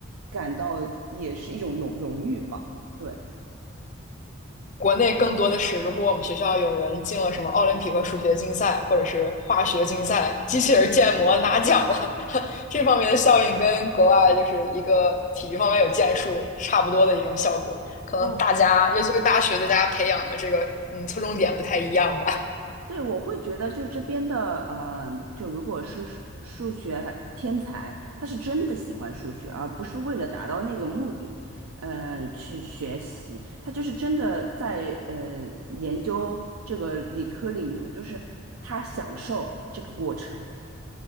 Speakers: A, on the right; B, on the left.
A: 感到也是一种荣荣誉吧。对，
B: 国内更多的是，如果我们学校有人进了什么奥林匹克数学竞赛或者是化学竞赛，机器人建模拿奖了，<laughs> 这方面的效应跟国外就是一个体育方面有建树差不多的一种效果。可能大家，
A: 我
B: 尤其是大学对大家培养的这个嗯侧重点不太一样吧。
A: 对，我会觉得就是这边的，呃，就如果是数数学天才，他是真的喜欢数学，而不是为了达到那个目的，呃，去学习，他就是真的在呃研究这个理科领域，就是他享受这个过程，